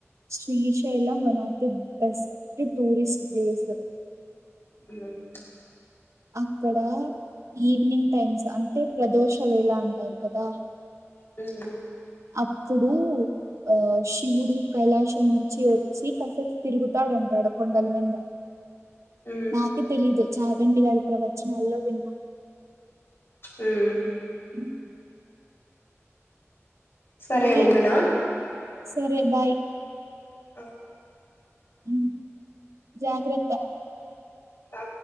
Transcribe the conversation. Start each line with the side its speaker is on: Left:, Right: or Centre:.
Right: Srisailam one of the best tourist place
Left: మ్
Right: అక్కడ ఈవినింగ్ టైమ్స్ అంటే ప్రదోషవేలా అంటారు కదా
Left: మ్
Right: అప్పుడు ఆ శివుడు కైలాశం నుంచి వచ్చి కసేపు తిరుగుతాడంటాడు కొండల మింద
Left: ఉమ్
Right: నాకే తెలీదు జాగంటి గారి ప్రవచనాల్లో విన్నా
Left: మ్
Right: హ్మ్.
Left: సరే
Right: ఇంకేంటి
Left: ఉందునా
Right: సరే బాయ్
Left: అ
Right: మ్ జాగ్రత్త
Left: అ